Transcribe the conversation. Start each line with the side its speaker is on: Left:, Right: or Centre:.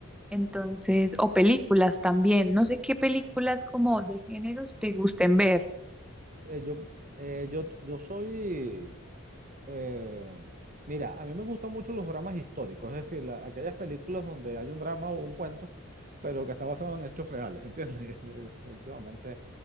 Centre: Entonces, o películas también. No sé qué películas como de géneros te gusten ver.
Right: eh, yo, eh, yo, yo soy, eh, mira, a mí me gustan mucho los dramas históricos, es decir, la- aquellas películas donde hay un drama o un cuento, pero que está basado en hechos reales, ¿entiendes? <laughs> Eso Últimamente